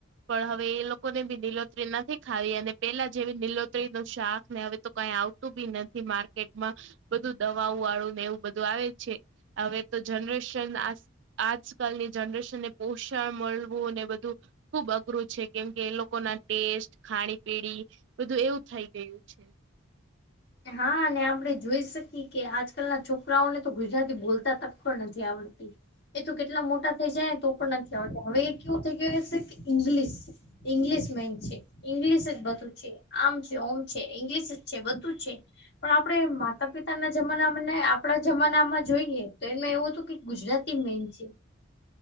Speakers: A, on the right (about 60°); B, on the left (about 55°).
A: પણ હવે એ લોકોને બી નીલોતરી નથી ખાવી, અને પેલા જેવી નીલોતરી ને શાક ને હવે તો કઈ આવતું બી નથી માર્કેટમાં, બધું દવાવાળું ને એવું બધું આવે છે. હવે તો જનરેશન આ આજકાલની જનરેશન ને પોષણ મળવું ને બધું ખુબ અઘ કરું છે, કેમ કે એ લોકો ના ટેસ્ટ, ખાણી-પીણી બધું એવું થઈ ગયું છે.
B: હા, અને આપણે જોઈ શકીએ કે આજકાલના છોકરાઓને તો ગુજરાતી બોલતા તક પણ નથી આવડતી. એ તો કેટલા મોટા થઇ જાય ને, તો પણ નથી આવતા. હવે એ કેવું થઈ ગયું હશે કે ઇંગ્લિશ ઇંગ્લિશ મેન છે, ઇંગ્લિશ જ બધું છે, આમ છે, ઓમ છે, ઇંગ્લિશ જ છે. શુ છે? પણ આપણે માતા પિતાના જમાનામાંને આપણા જમાનામાં જોઈએ તો, એમાં એવું હતું કે ગુજરાતી મેન છે.